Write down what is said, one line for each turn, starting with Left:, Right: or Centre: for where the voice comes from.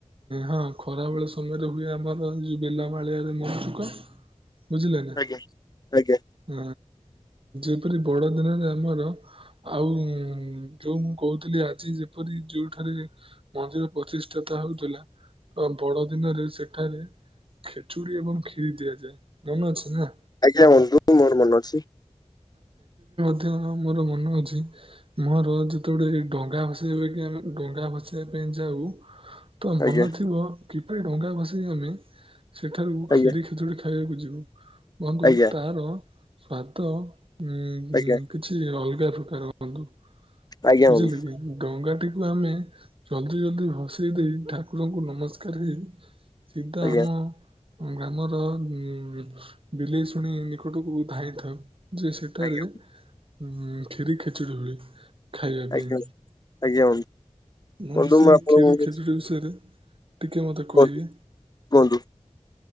Right: ହଁ ଖରାବେଳ ସମୟରେ ହୁଏ ଆମର ଏ ଯୋଉ ବେଲା ମାଳିଆରେ ମଜୁକ ବୁଝିଲେ ନା
Left: ଆଜ୍ଞା ଆଜ୍ଞା
Right: ଆ ଏପରି ବଡ ଦିନରେ ଆମର ଆଉ ଯୋଉ ମୁଁ କହୁଥିଲି ଆଜି ଯେପରି ଯୋଉଠାରେ ମନ୍ଦିର ପ୍ରତିଷ୍ଠାତା ହଉଥିଲା ବଡ ଦିନରେ ସେଠାରେ ଖେଚୁଡି ଏବଂ କ୍ଷିରି ଦିଆଯାଏ, ମନେ ଅଛି ନା?
Left: ଆଜ୍ଞା ବନ୍ଧୁ ମୋର ମନେ ଅଛି।
Right: <unintelligible> ମୋର ମନେ ଅଛି ମୋର ଯେତେବେଳେ ଡଙ୍ଗା ଭସେଇବା ପାଇଁ ଆମେ ଡଙ୍ଗା ଭସେଇିବା ପାଇଁ ଯାଉ ତ
Left: ଆଜ୍ଞା
Right: ମନେ ଥିବ କିପରି ଡଙ୍ଗା ଭସେଇ ଆମେ ସେଠାରୁ
Left: ଆଜ୍ଞା
Right: ଖିରି ଖେଚଡ଼ି ଖାଇବାକୁ ଯିବୁ। ବନ୍ଧୁ
Left: ଆଜ୍ଞା
Right: ତାର ସ୍ଵାଦ ଉ -
Left: ଆଜ୍ଞା
Right: ଉ କିଛି ଅଲଗା। <unintelligible> ବନ୍ଧୁ
Left: ଆଜ୍ଞା
Right: ବୁଝିଲେକି
Left: ବନ୍ଧୁ
Right: ଡଙ୍ଗା ଟିକୁ ଆମେ ଜଲ୍ଦି ଜଲ୍ଦି ଭସେଇ ଦେଇ ଠାକୁରଙ୍କୁ ନମସ୍କାର ହେଇ ସିଧା
Left: ଆଜ୍ଞା
Right: ଆମ ଗ୍ରାମର ଉ ବିଲେଇଶୁଣି ନିକଟକୁ ଧାଇଁଥାଉ। ଯେ ସେଠାରେ
Left: ଆଜ୍ଞା
Right: ଉଁ ଖିରି ଖେଚୁଡି ହୁଏ। ଖାଇବା ପାଇଁ।
Left: ଆଜ୍ଞା। ଆଜ୍ଞା
Right: ମୁଁ
Left: ବନ୍ଧୁ
Right: ତ
Left: ବନ୍ଧୁ
Right: ସେଇ
Left: ଆପଣଙ୍କୁ
Right: ଖିରି ଖେଚୁଡ଼ି ବିଷୟରେ ଟିକେ ମତେ କହିବେ।
Left: କୁହନ୍ତୁ କୁହନ୍ତୁ